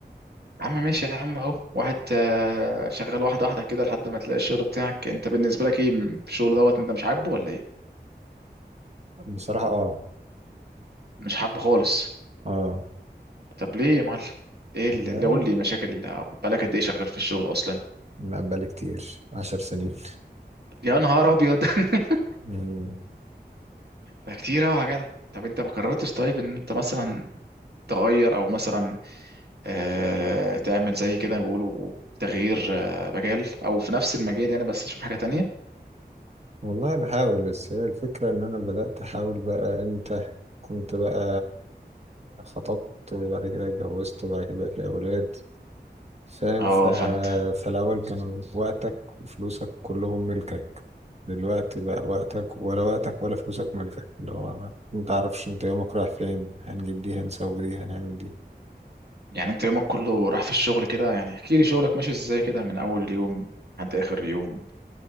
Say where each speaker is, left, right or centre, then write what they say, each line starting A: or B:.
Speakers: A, on the right (about 70°); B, on the right (about 40°).
A: يا عم ماشي يا عم اهو واحد آه، شغال واحده واحده كده لحد ما تلاقي الشغل بتاعك انت بالنسبه لك ايه الشغل دوت انت مش عاجبه ولا ايه
B: بصراحة آه
A: مش حابه خالص
B: آه
A: طب ليه يا معلم ايه اللي
B: لا
A: اللي قول لي مشاكل أو بقالك قد ايه شغال في الشغل اصلا
B: ما بقالي كتير عشر سنين
A: يا نهار ابيض <laughs>
B: مم.
A: ده كتير قوي يا جدع طب انت ما قررتش طيب ان انت مثلا تغير او مثلا آه تعمل زي كده بيقولوا تغيير آه مجال او في نفس المجال يعني بس تشوف حاجة تانية
B: والله بحاول بس هي الفكرة إن أنا بدأت أحاول بقى إمتى كنت بقى خطبت وبعد كده اتجوزت وبعد كده بقى في أولاد فاهم
A: اه
B: ف...
A: فانت
B: فالأول كان وقتك وفلوسك كلهم ملكك دلوقتي بقى وقتك ولا وقتك ولا فلوسك ملكك اللي هو متعرفش أنت يومك رايح فين هنجيب دي هنسوي دي هنعمل دي
A: يعني انت يومك كله راح في الشغل كده يعني احكي لي شغلك ماشي ازاي كده من اول اليوم لحد اخر يوم